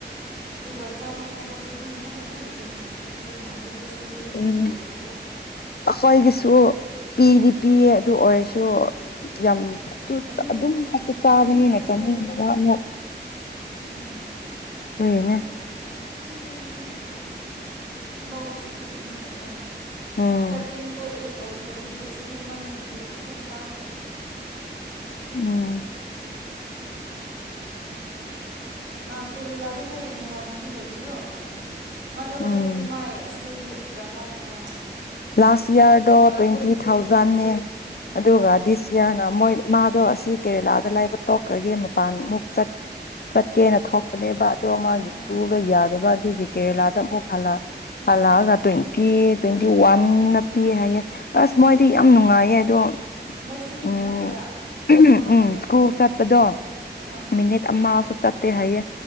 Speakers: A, on the right (about 80°); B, on the left (about 60°).
A: ꯑꯗꯨꯒ ꯆꯥꯕ ꯊꯛꯄꯁꯨ ꯑꯗꯨꯝ ꯃꯣꯏꯅ ꯑꯗꯨꯝ ꯔꯤꯐ꯭ꯔꯦꯁ ꯦꯟꯁꯨ ꯄꯤꯕ ꯃꯥꯜꯂꯦ ꯑꯗꯨꯒ ꯁꯟꯗꯦꯁꯨ
B: ꯎꯝ
A: ꯁꯨꯇꯤ ꯑꯣꯏꯕ
B: ꯑꯩꯈꯣꯏꯒꯤꯁꯨ ꯄꯤꯗꯤ ꯄꯤꯌꯦ ꯑꯗꯨ ꯑꯣꯏꯔꯁꯨ
A: ꯑꯥ
B: ꯌꯥꯝ
A: ꯑꯍꯤꯡ
B: ꯑꯗꯨꯝ ꯍꯛꯇ ꯆꯥꯕꯅꯤꯅ
A: ꯑꯍꯤꯡ ꯊꯦꯡꯕꯗꯨꯅꯅꯦ
B: ꯆꯥꯅꯤꯡꯕ ꯑꯃꯨꯛ
A: ꯑꯥ
B: ꯏꯅꯦ
A: ꯑꯗꯨ ꯈꯪꯗꯦ ꯃꯣꯏꯒꯤꯗꯤ ꯑꯅꯥꯕꯁꯨ ꯊꯣꯛꯄꯅꯤꯅꯀꯣ
B: ꯎꯝ
A: ꯏꯁꯇꯥꯔꯇꯤꯡꯗꯣ ꯑꯩꯠ ꯑꯣꯏꯔꯈꯗꯤ ꯆꯍꯤ ꯑꯃꯅꯤ ꯑꯣꯏꯗꯤ ꯈꯔ ꯀꯥ
B: ꯎꯝ ꯍ
A: ꯑ ꯀꯦꯔꯦꯂꯥꯗ ꯅꯣꯏ ꯅꯃꯥꯟꯅꯕꯤ ꯂꯩꯕꯗꯣ ꯃꯗꯣ
B: ꯎꯝ
A: ꯍꯧꯖꯤꯛꯇꯤ ꯃꯥꯏ ꯂꯗꯤ ꯀꯌꯥ ꯀꯌꯥꯈꯕ꯭ꯔꯥ
B: ꯂꯥꯁ ꯏꯔꯗꯣ ꯇ꯭ꯋꯦꯟꯇꯤ ꯊꯥꯎꯖꯟꯦ ꯑꯗꯨꯒ
A: ꯑꯥ
B: ꯗꯤꯁ ꯌꯌꯥꯔꯅ ꯃꯣꯏ ꯃꯥꯗꯣ ꯑꯁꯤ ꯀꯦꯔꯦꯂꯥꯗ ꯂꯥꯏꯕ ꯇꯣꯛꯈ꯭ꯔꯒꯦ ꯃꯄꯥꯟꯃꯨꯛ ꯆꯠ ꯆꯠꯀꯦꯅ ꯊꯣꯛꯄꯅꯦꯕ ꯑꯗꯣ ꯃꯥꯒꯤ
A: ꯑꯥ
B: ꯇꯨꯒ ꯌꯥꯗꯕ ꯑꯗꯨꯒꯤ ꯀꯦꯔꯦꯂꯥꯗ ꯑꯃꯨꯛ ꯍꯜꯂ ꯍꯜꯂꯛꯑꯒ ꯇ꯭ꯋꯦꯟꯇꯤ ꯇ꯭ꯋꯦꯟꯇꯤ ꯋꯥꯟꯅ ꯄꯤ ꯍꯥꯏꯌꯦꯦ ꯑꯁ ꯃꯣꯏꯗꯤ
A: ꯑꯣ
B: ꯌꯥꯝ ꯅꯨꯡꯉꯥꯏꯌꯦ ꯑꯗꯣ
A: ꯅꯖꯔꯤ
B: ꯎꯝ
A: ꯉꯥꯛꯇꯔꯥ ꯃꯥ ꯂꯧꯕꯗꯣ
B: ꯎꯝ ꯁ꯭ꯀꯨꯜ ꯆꯠꯄꯗꯣ
A: ꯑꯥ
B: ꯃꯤꯅꯤꯠ ꯑꯃꯁꯁꯨ ꯆꯠ ꯍꯥꯏꯌꯦꯦ